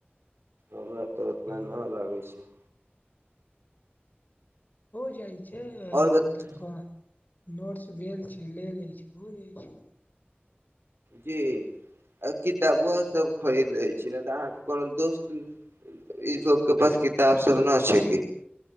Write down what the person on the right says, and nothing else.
हमरा तऽ ओतना
नहि लागै छै।
आओर बता
जी! आ किताबो सब। खरीद ले छी, ने तऽ अहाँके कोनो दोस्त इ सब के पास किताब सब न छै कि?